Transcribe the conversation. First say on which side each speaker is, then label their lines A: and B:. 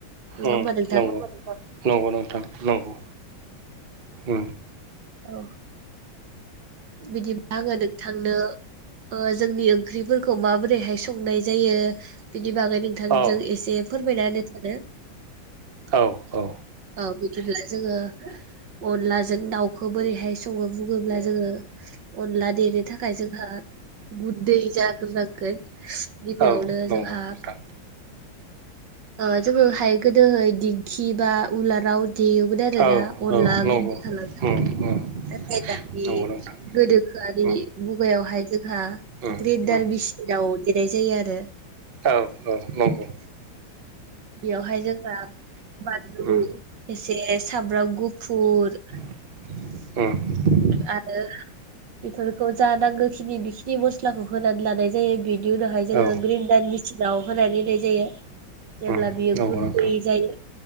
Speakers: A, on the right; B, on the right.
A: नङा
B: उ
A: होमबा नोंथां
B: नंगौ नंगौ नोंथां नंगौ उ
A: औ बिदिबा आङो नोंथांनो ओ जोंनि ओंख्रिफोरखौ माबोरैहाय संनाय जायो बिनि बागै थांजों
B: औ
A: एसे फोरमायना होनो सानो
B: औ औ‌।
A: औ बिदिब्ला जोङो अनलाजों दाउखौ बोरैहाय सङो बुङोब्ला जोङो‌। अनला देनो थाखाय जोंहा गुदै जाग्रोनांगोन। गिबियावनो
B: औ नंगौ
A: जोंहा
B: नोंथां
A: ओ जोङो हाय गोदोहाय दिंखि बा उलाराव दे <unintelligible> आरो
B: औ
A: ना अरला
B: औ नंगौ
A: गुन्दै खालामनो
B: उम
A: थाखाय
B: उम
A: नाथाय दादि
B: नंगौ नोंथां
A: गोनोखोआरि
B: उम
A: मुगायावहाय जोंहा
B: उम
A: ग्रेटार
B: उम
A: बिसिलाव देरनाय जायो आरो।
B: औ औ नंगौ‌।
A: बेयावहाय जोंहा बानलु
B: उम
A: एसे साब्राब गुफुर
B: <unintelligible> उम।
A: आरो बेफोरखौ जा नांगौखिनि बेखिनि मस्लाखौ होनानै लानाय जायो‌। बिनि उनावहाय जोङो
B: औ
A: ग्रेन्डार मिसिनाव होनानै होनाय जायो। जेब्ला
B: उम
A: बियो
B: नंगौ
A: गुद
B: नोंथां
A: दै जायो।